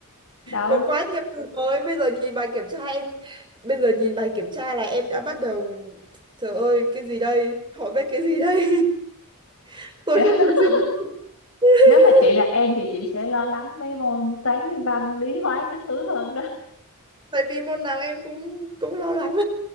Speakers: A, on the left (about 70°); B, on the right (about 20°).
A: đâu
B: Có quá nhiều từ mới Bây giờ nhìn bài kiểm tra em Bây giờ nhìn bài kiểm tra là em đã bắt đầu Trời ơi cái gì đây Họ viết cái gì đây <laughs> Tôi
A: <laughs>
B: không thể dịch được. <laughs>
A: nếu mà chị là em thì chị sẽ lo lắng mấy môn như toán với văn lý hóa cái thứ hơn đó
B: Tại vì môn nào em cũng cũng lo lắng